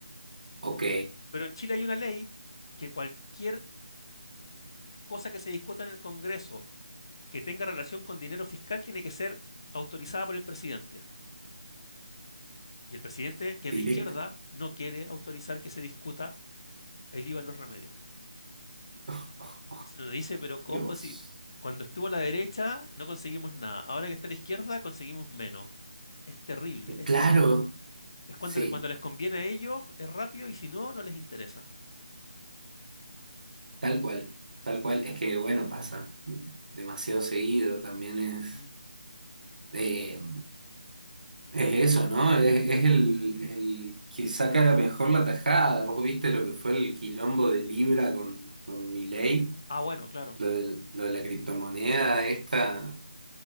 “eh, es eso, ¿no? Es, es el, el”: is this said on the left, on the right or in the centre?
Right